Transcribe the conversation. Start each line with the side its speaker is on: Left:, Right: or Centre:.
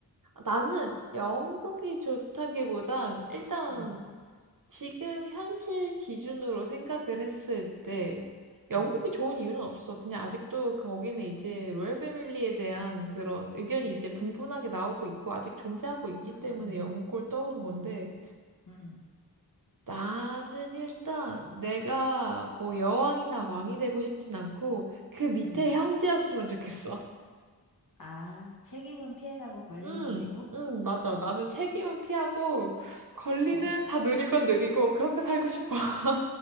Right: 나는 영국이 좋다기보단 일단
Left: 음,
Right: 지금 현실 기준으로 생각을 했을 때 영국이
Left: 음,
Right: 좋은 이유는 없어. 그냥 아직도 거기는 이제 로얄 패밀리에 대한 그런 의견이
Left: 그치?
Right: 이제 분분하게 나오고 있고 아직 존재하고 있기
Left: 음,
Right: 때문에
Left: 음,
Right: 영국을 떠오른
Left: 음,
Right: 건데
Left: 음,
Right: 나는 일단 내가 뭐 여왕이나 왕이 되고 싶진 않고 그 밑에
Left: 음.
Right: 형제였으면 좋겠어.
Left: 아, 책임은 피해가고 권리는
Right: 응,
Left: 누리고.
Right: 응, 맞아. 나는 책임은 피하고 권리는
Left: <laughs> 어.
Right: 다 누릴 건 누리고 그렇게 살고
Left: 아.
Right: 싶어. <laughs>